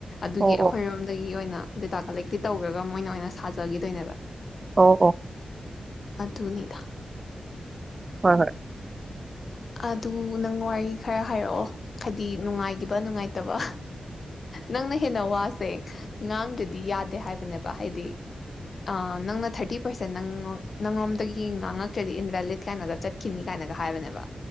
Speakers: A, on the left; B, on the right.
A: ꯑꯗꯨꯒꯤ
B: ꯑꯣ
A: ꯑꯩꯈꯣꯏ
B: ꯑꯣ
A: ꯔꯣꯝꯗꯩ ꯑꯣꯏꯅ ꯗꯥꯇꯥ ꯀꯟꯂꯦꯛꯇꯤ ꯇꯧꯔꯒ ꯃꯣꯏꯅ ꯑꯣꯏꯅ ꯁꯥꯖꯒꯤꯗꯣꯏꯅꯦꯕ
B: ꯑꯣ ꯑꯣ
A: ꯑꯗꯨꯅꯤꯗ
B: ꯍꯣꯢ ꯍꯣꯢ
A: ꯑꯗꯨ ꯅꯪ ꯋꯥ ꯈꯔ ꯍꯥꯏꯔꯛ ꯑꯣ ꯍꯥꯏꯗꯤ ꯅꯨꯡꯉꯥꯏꯈꯤꯕ ꯅꯨꯡꯉꯥꯏ ꯇꯥꯕ ꯅꯪꯅ ꯍꯦꯟꯅ ꯋꯥꯁꯦ ꯉꯥꯪꯗꯔ꯭ꯗꯤ ꯌꯥꯗꯦ ꯍꯥꯏꯕꯥꯅꯦꯕꯥ ꯍꯥꯏꯗꯤ ꯑꯥ ꯅꯪꯅ ꯊꯔꯇꯤ ꯄꯔꯁꯦꯟ ꯅꯪ ꯅꯥꯂꯣꯟꯗꯩꯩ ꯉꯥꯪꯉꯛꯇꯔ꯭ꯗꯤ ꯏꯟꯚꯦꯂꯤꯠ ꯀꯥꯏꯅꯒꯥ ꯆꯠꯈꯤꯅꯤ ꯀꯥꯏꯅꯒ ꯍꯥꯌꯕꯥ ꯅꯦꯕꯥ